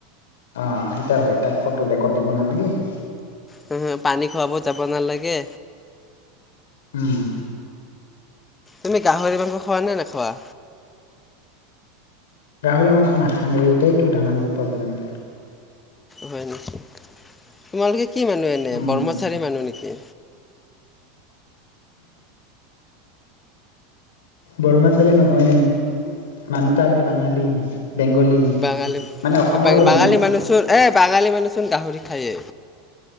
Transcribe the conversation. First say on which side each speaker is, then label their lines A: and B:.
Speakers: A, on the left; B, on the left.
A: অঁ সেইত হয় তাক ক'তো ডেকত দিব নালাগে <unintelligible>
B: হোম পানী খোৱাব যাব নালাগে
A: উম
B: তুমি গাহৰি মাংস খোৱা নে নোখোৱা
A: গাহৰি মাংস নাখাং ৰে এইটোয়ে টো ডাঙৰ প্ৰব্লেম
B: হয় নেশ্চি তোমালোকে <unintelligible> কি মানুহ এনে
A: উম
B: ব্ৰহ্মচাৰী মানুহ নেকি
A: বৰ্মচাৰী নহয় এ মানুহতা আমি বাঙালী বেংগলী
B: বাঙালী
A: মানে অসমৰে আমি
B: বাঙালী মানুহ চোন এ বাঙালী মানুহ চোন গাহৰি খায় এ